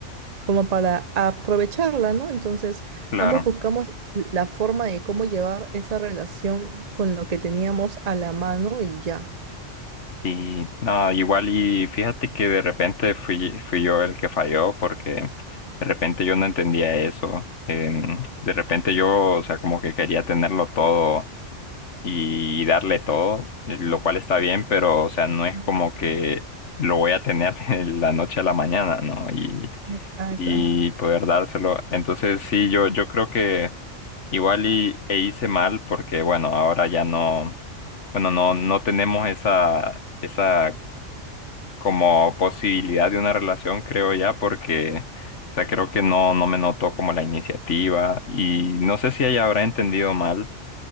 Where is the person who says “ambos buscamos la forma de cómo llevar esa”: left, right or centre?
Right